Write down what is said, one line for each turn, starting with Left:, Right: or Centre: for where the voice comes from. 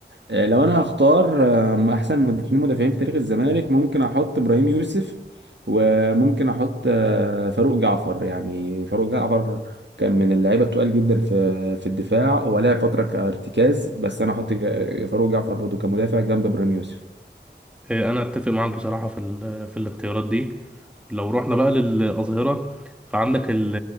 Right: آه، لو انا هختار آه، احسن من اتنين مدافعين في تاريخ الزمالك ممكن احط ابراهيم يوسف وممكن احط آه، فاروق جعفر يعني فاروق جعفر كان من اللعيبه التقال جدا في في الدفاع ولعب فتره كارتكاز بس انا احط جا- فاروق جعفر برضه كمدافع جنب ابراهيم يوسف
Centre: آه، انا اتفق معاك بصراحه في ال- في الاختيارات دي لو رحنا بقى للاظهره فعندك ال-